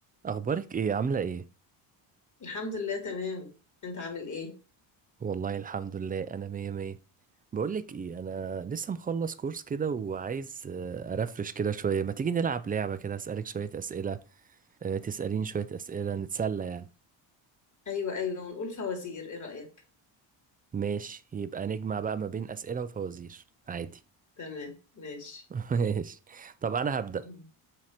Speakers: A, on the right (about 20°); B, on the left (about 35°).
A: اخبارك ايه عامله ايه
B: الحمد لله تمام انت عامل ايه
A: والله الحمد لله انا مية مية بقولك ايه انا لسه مخلص كورس كده وعايز آه، ارفرش كده شويه ما تيجي نلعب لعبه كده اسالك شويه اسئله آه، تساليني شويه اسئله نتسلى يعني
B: ايوه ايوه ونقول فوازير ايه رأيك
A: ماشي يبقى نجمع بقى ما بين اسئله وفوازير عادي
B: تمام ماشي
A: <laughs> ماشي طب انا هبدا
B: مم.